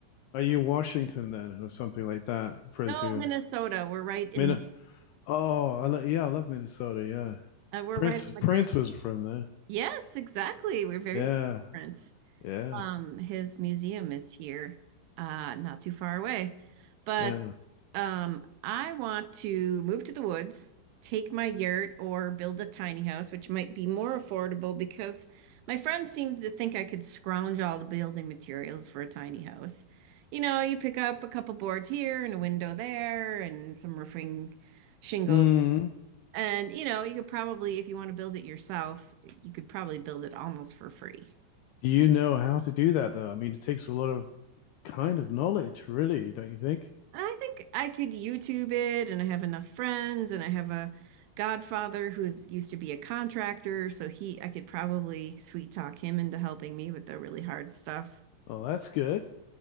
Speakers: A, on the left; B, on the right.
A: Are you Washington then, or something like that? Presume.
B: No, Minnesota, we're right in
A: Min-
B: the
A: oh, I lo- yeah, I love Minnesota. Yeah.
B: uh, we're
A: Prince
B: right on the
A: Prince
B: great.
A: was from there.
B: Yes, exactly. We're very
A: Yeah.
B: proud of Prince.
A: Yeah.
B: Um, his museum is here, uh, not too far away. But
A: Yeah.
B: Um, I want to move to the woods, take my yurt, or build a tiny house, which might be more affordable because my friends seem to think I could scrounge all the building materials for a tiny house. You know, you pick up a couple boards here and a window there and some roofing shingle.
A: Mm.
B: And, you know, you could probably, if you want to build it yourself, you could probably build it almost for free.
A: Do you know how to do that though? I mean, it takes a lot of kind of knowledge, really, don't you think?
B: I think I could YouTube it, and I have enough friends, and I have a godfather who's used to be a contractor, so he I could probably sweet talk him into helping me with the really hard stuff.
A: Oh, that's good.